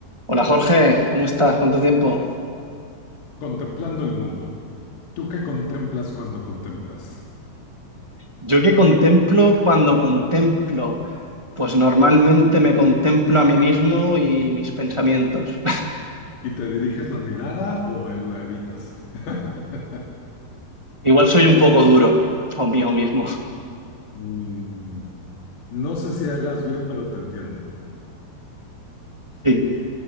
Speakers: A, on the right (about 25°); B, on the left (about 80°).
A: Hola Jorge, ¿cómo estás? ¿Cuánto tiempo?
B: Contemplando el mundo. ¿Tú qué contemplas cuando contemplas?
A: Yo que contemplo cuando contemplo, pues normalmente me contemplo a mí mismo y mis pensamientos.
B: ¿Y te diriges la mirada o la evitas? <laughs>
A: <laughs> Igual soy un poco duro conmigo mismo.
B: Mm, No sé si hagas bien, pero te entiendo.
A: Sí.